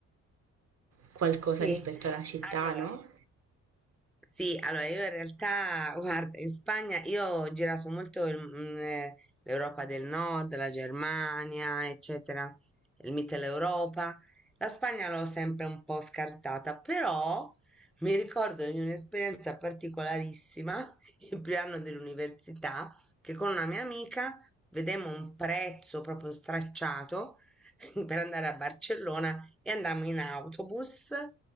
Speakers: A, on the right (about 55°); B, in the centre.
A: qualcosa
B: Sì,
A: rispetto alla città,
B: allora,
A: no?
B: Sì, allora io in realtà, <laughs> guarda, in Spagna io ho girato molto il- mm, eh, l'Europa del Nord, la Germania, eccetera, il Mitteleuropa. La Spagna l'ho sempre un po' scartata, però mi ricordo di un'esperienza particolarissima <laughs> il primo anno dell'università, che con una mia amica vedemmo un prezzo proprio stracciato <laughs> per andare a Barcellona e andammo in autobus.